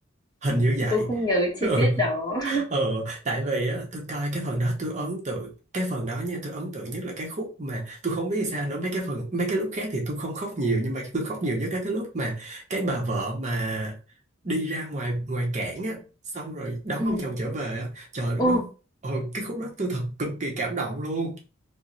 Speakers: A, on the right (about 35°); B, on the left (about 20°).
A: Hình
B: Ừ,
A: như vậy.
B: tôi không
A: <laughs>
B: nhớ chi
A: Ừ,
B: tiết đó
A: ừ. Tại vì á, tôi coi cái phần đó tôi ấn tượng cái phần đó nha tôi ấn tượng nhất là cái khúc mà tôi không biết sao nữa mấy cái phần mấy cái lúc khác thì tôi không khóc nhiều nhưng mà tôi khóc nhiều nhất là cái lúc mà cái bà vợ mà đi ra ngoài ngoài cảng á xong rồi đón
B: ừ
A: ông chồng trở về á trời lúc
B: ồ
A: đó ờ cái khúc đó tôi thật cực kỳ cảm động luôn